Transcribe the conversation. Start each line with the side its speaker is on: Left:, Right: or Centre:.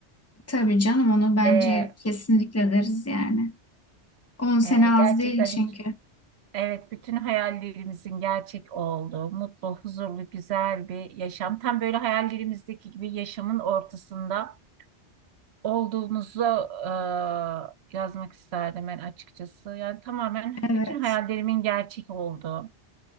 Left: Tabii canım onu bence
Right: Ee,
Left: kesinlikle deriz yani. On sene
Right: e,
Left: az
Right: gerçekten
Left: değil çünkü.
Right: evet bütün hayallerimizin gerçek olduğu, mutlu, huzurlu, güzel bir yaşam. Tam böyle hayallerimizdeki gibi yaşamın ortasında olduğumuzu e, yazmak isterdim ben açıkçası. Yani tamamen
Left: Evet.
Right: bütün hayallerimin gerçek olduğu.